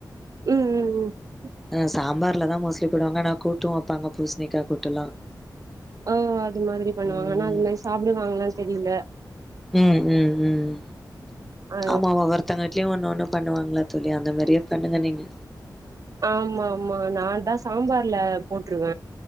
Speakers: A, on the right; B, in the centre.
A: ம் ம் ம்
B: அ சாம்பார்ல தா மோஸ்ட்லி போடுவாங்க ஆனா கூட்டு வைப்பாங்க பூசணிக்கா கூட்டுலா
A: ஓ அது மாதிரி பண்ணுவாங்க
B: ம்
A: ஆனா அதுமேரி சாப்பிடுவாங்கலானு தெரியில
B: ம் ம் ம்
A: ஆ
B: ஆமாவ ஒர்த் தவங்க விட்லியு ஒன்னு ஒன்னு பண்ணுவாங்கள தோழி அந்த மாரியே பண்ணுங்க நீங்க
A: ஆமா ஆமா நா தா சாம்பார்ல போட்ருவ